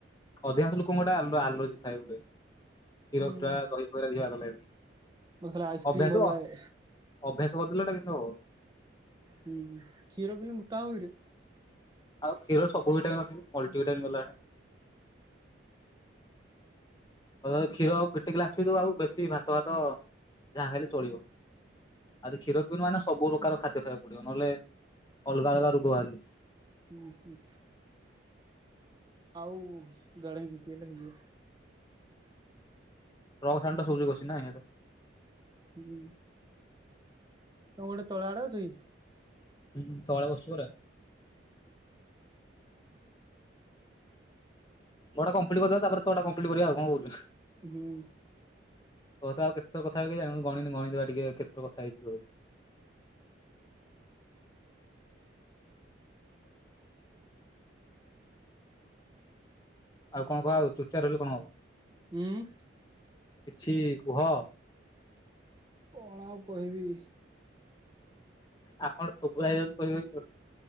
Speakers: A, on the left (about 20°); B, on the right (about 20°).
A: ଅଧିକାଂଶ ଲୋକଙ୍କଟେ ଆଲୋଜି ଥାଏ ଗୋଟେ କ୍ଷୀର
B: ହୁଁ
A: କ୍ଷୀର ଦହି ବଗରା ଭଲ ଲାଗେ
B: ମତେ ଖାଲି ଆଇସ୍କ୍ରିମ
A: ଅଭ୍ୟାସ-ଅଭ୍ୟାସ
B: ଭଲ ଲାଗେ
A: କରିଦଲେଟା କିନ୍ତୁ
B: ହୁଁ କ୍ଷୀର ପିଲେ ମୋଟା ହବ କିରେ।
A: ଆଉ କ୍ଷୀର ସବୁ ଭଟାମିନ ମଲ୍ଟି ଭଟାମିନ ଗଲା ସେଇଟା ଉ କ୍ଷୀର ଆଉ ଗୋଟେ ଗ୍ଲାସ ବି ଦବା ଆଉ ବେଶୀ ଭାତ ଭାତ ଯାହା ଖାଇଲେ ଚଳିବ। ଆଉ କ୍ଷୀର ପିଇନ ମାନେ ସବୁ ପ୍ରକାର ଖାଦ୍ୟ ଖାଇବାକୁ ପଡିବ ନହେଲେ ଅଲଗା-ଅଲଗା ରୋଗ ବାହାରିବ।
B: ହୁଁ-ହୁଁ। ଆଉ <unintelligible> ହେଲେ ହେଇଯିବ।
A: ଟ୍ରକ୍ ସାଉଣ୍ଡଟା ଶୁଭୁଛି ବେଶି ନାହିଁ।
B: ହୁଁ। ତମ ଗୋଟେ ତଳ ଆଡ ଅଛି।
A: ହୁଁ ତଳେ ବସିଛୁ ପରା। ଗଡଟା କମ୍ପ୍ଲିଟ କରିବା ତାପରେ ତାଟା କମ୍ପ୍ଲିଟ କରିବା କଣ କହୁଛୁ?
B: ହୁଁ।
A: ତ ତ ଆଉ କେତେର କଥା ହେଛି ଜାଣୁ ଗଣିନି ଗଣଦବା ଟିକେ କେତେର କଥା ହେଇଛି ତୋ ଆଉ କଣ କୁହ ଆଉ ଚୁଚାପ ରହିଲୁ କଣ ହବ?
B: ଉଁ ମ୍ଁ।
A: କିଛି କୁହ।
B: କଣ ଆଉ କହିବି?
A: ଆପଣ ଥୋବୋରା ହେଇଯାଉଚନ୍ତି କହି କହି ଆଉ।